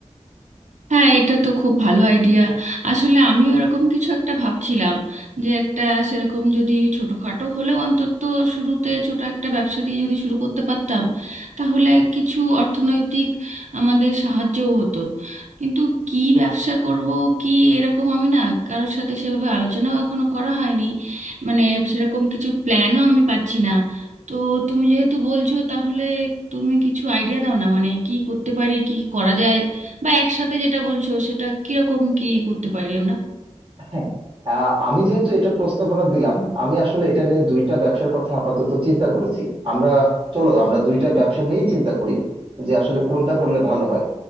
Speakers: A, on the right (about 80°); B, on the right (about 50°).
A: হ্যাঁ এটা তো খুব ভালো আইডিয়া আসলে আমি ওরকম কিছু একটা ভাবছিলাম যে একটা সেরকম যদি ছোটখাটো হলেও অন্তত শুরুতে ছোট একটা ব্যবসা দিয়ে যদি শুরু করতে পারতাম তাহলে কিছু অর্থনৈতিক আমাদের সাহায্যও হতো কিন্তু কি ব্যবসা করব কি এরকম আমি না কারোর সাথে সেভাবে আলোচনাও এখনো করা হয়নি মানে সেরকম কিছু প্ল্যানও আমি পাচ্ছি না তো তুমি যেহেতু বলছো তাহলে তুমি কিছু আইডিয়া দাও না মানে কি করতে পারি কি করা যায় বা একসাথে যেটা বলছো সেটা কিরকম কি করতে পারি আমরা
B: হ্যাঁ আহ, আমি যেহেতু এটা প্রস্তাবনা দিলাম আমি আসলে এটা নিয়ে দুইটা ব্যবসার কথা আপাতত চিন্তা করেছি আমরা চলো আমরা দুইটা ব্যবসা নিয়েই চিন্তা করি যে আসলে কোনটা করলে ভালো হয়